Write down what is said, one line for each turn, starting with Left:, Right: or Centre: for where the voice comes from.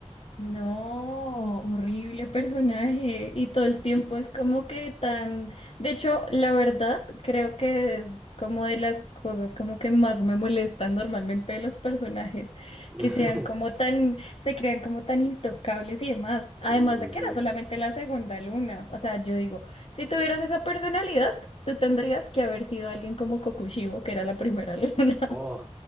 Left: No, horrible personaje. Y todo el tiempo es como que tan... De hecho, la verdad, creo que es como de las cosas como que más me molestan normalmente de los personajes,
Centre: <laughs>
Left: que sean como tan, se crean como tan intocables y demás. Además
Centre: Ujú.
Left: de que era solamente la segunda luna. O sea, yo digo, si tuvieras esa personalidad, tú tendrías que haber sido alguien como Kokushibo, que era la primera luna.
Centre: Oh,